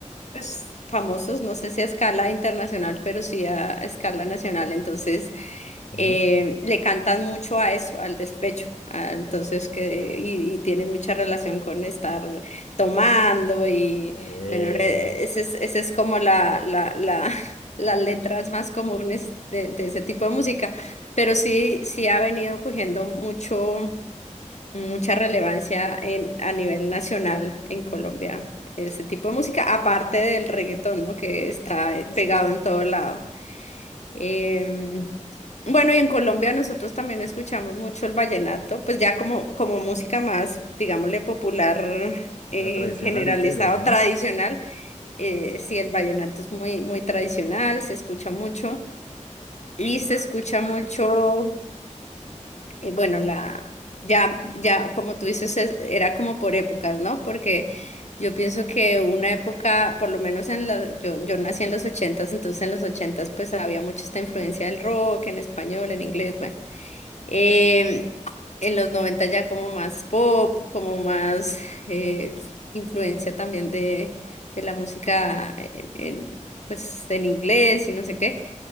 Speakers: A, on the left; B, on the left.
A: pues, famosos, no sé si a escala internacional, pero sí a, a escala nacional. Entonces,
B: ujú.
A: eh, le cantan mucho a eso, al despecho, a- entonces que, y, y tiene mucha relación con estar tomando y
B: Eh,
A: bueno, eh, ese es, ese es como la, la, la, <laughs> las letras más comunes de, de ese tipo de música, pero sí, sí ha venido cogiendo mucho, mucha relevancia en, a nivel nacional en Colombia. Ese tipo de música, aparte del reggaetón, ¿no? Que está eh,
B: uy,
A: pegado
B: sí.
A: en todo lado. Em, bueno, y en Colombia nosotros también escuchamos mucho el vallenato, pues ya como, como música más, digámosle, popular, eh,
B: La tradicional
A: generalizado,
B: de ustedes, ¿no?
A: tradicional. Eh, sí, el vallenato es muy, muy tradicional, se escucha mucho y se escucha mucho eh, bueno, la, ya, ya, como tú dices, es- era como por épocas, ¿no? Porque yo pienso que una época, por lo menos en la, yo, yo nací en los ochentas, entonces en los ochentas pues había mucha esta influencia del rock en español, en inglés, bueno. Em, en los noventa ya como más pop, como más eh, influencia también de, de la música en, en, pues en inglés y no sé qué.